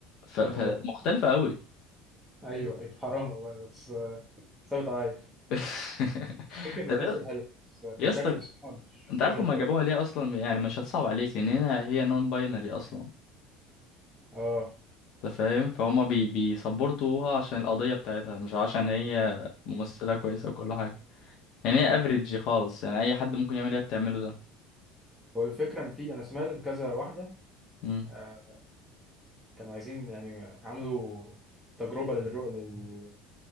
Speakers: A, on the left (about 50°); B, in the centre.
A: ف... فمختلفه
B: انا برضه
A: قوي
B: ايوه ايوه حرام والله بس آه، ثابت عليا
A: <laughs>
B: فكره
A: طب
B: بتمثل
A: يا
B: حلو بس
A: يا
B: كشكل
A: اسطى
B: بصراحه مش
A: انت
B: شبه
A: عارف
B: الكاركتر
A: هما جابوها ليه اصلا يعني مش هتصعب عليك لان هنا هي نون باينري اصلا
B: اه
A: انت فاهم فهما بي بيسبورتوها عشان القضية بتاعتها مش عشان هي ممثلة كويسة وكل حاجة يعني هي افريج خالص يعني اي حد ممكن يعمل اللي هي بتعمله ده
B: هو الفكرة إن في أنا سمعت إن كذا واحدة
A: مم.
B: آه، كانوا عايزين يعني عملوا تجربة للرؤى لل...